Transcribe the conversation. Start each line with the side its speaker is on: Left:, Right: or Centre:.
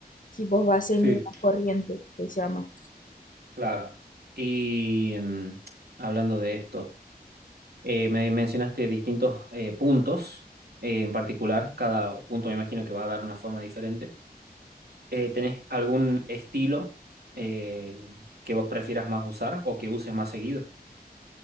Left: Si vos vas a
Right: Sí,
Left: hacer una corriente, que se llama.
Right: claro. Y mm, hablando de esto, eh, me mencionaste distintos eh, puntos eh, en particular. Cada punto me imagino que va a dar una forma diferente. Eh, ¿tenés algún estilo eh, que vos prefieras más usar o que uses más seguido?